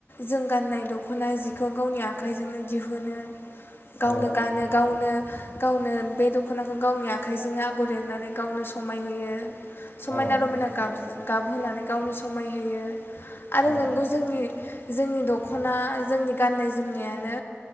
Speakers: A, on the left; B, on the right.
A: जों गाननाय दख'ना जिखौ गावनि आखाइजोंनो दिहुनो। गावनो
B: औ
A: गानो गावनो गावनो बे दख'नाखौ गावनि आखाइजोंनो आगर एरनानै गावनो समायहोयो। समायना
B: औ नंगौ
A: रमायना गाबजों गाबहोनानै गावनो समायहोयो। आरो
B: औ
A: नोंगौ जोंनि जोंनि दख'ना जोंनि गाननाय जोमनायानो